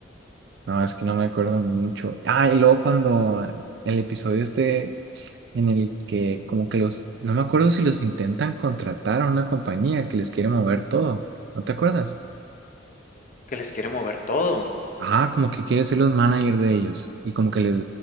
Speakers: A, on the right; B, on the left.
A: No, es que no me acuerdo mucho. Ah, y luego cuando el episodio este en el que como que los... No me acuerdo si los intentan contratar a una compañía que les quiere mover todo. ¿No te acuerdas?
B: Que les quiere mover todo.
A: Ajá, como que quiere ser los manager de ellos y como que les